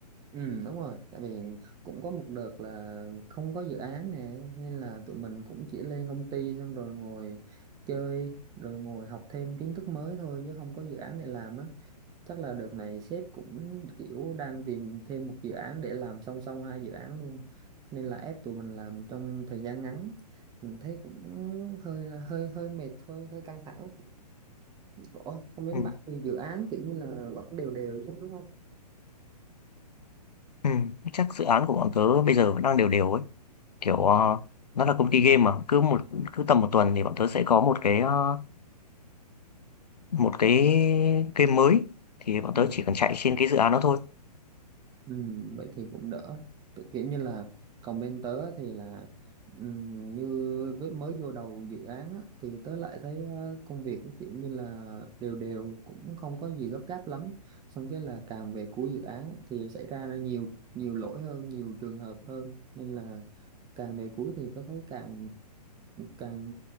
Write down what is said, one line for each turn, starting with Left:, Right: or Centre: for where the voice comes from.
Right: Ừ đúng rồi, tại vì cũng có một đợt là không có dự án nè, nên là tụi mình cũng chỉ lên công ty xong rồi ngồi chơi, rồi ngồi học thêm kiến thức mới thôi chứ không có dự án để làm á. Chắc là đợt này sếp cũng kiểu đang tìm thêm một dự án để làm song song hai dự án luôn. Nên là ép tụi mình làm trong thời gian ngắn. Mình thấy cũng hơi là hơi hơi mệt thôi, hơi căng thẳng. Ủa, không biết
Left: ừ.
Right: bạn thì dự án kiểu như là vẫn đều đều chứ đúng
Left: Ừ. chắc dự án của bọn tớ bây giờ vẫn đang đều đều ấy kiểu ờ, nó là công ty game mà cứ một cứ tầm một tuần thì bọn tớ sẽ có một cái ờ, một cái game mới thì bọn
Right: không?
Left: tớ chỉ cần chạy trên cái dự án đó thôi
Right: Ừ, vậy thì cũng đỡ Tự- kiểu như là còn bên tớ thì là ừm, như với mới vô đầu dự án á, thì tớ lại thấy ờ, công việc nó kiểu như là đều đều cũng không có gì gấp gáp lắm xong cái là càng về cuối dự án á, thì xảy ra nhiều nhiều lỗi hơn nhiều trường hợp hơn nên là càng về cuối thì tớ thấy càng càng